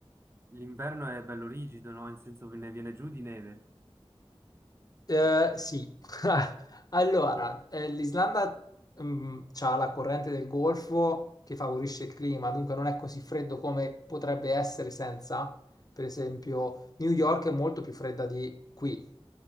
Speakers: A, on the right; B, on the left.
A: L'inverno è bello rigido, no? In senso che ne viene giù di neve.
B: Eh, sì, <laughs> allora, eh, l'Islanda ha la corrente del Golfo che favorisce il clima, dunque non è così freddo come potrebbe essere senza. Per esempio, New York è molto più fredda di qui,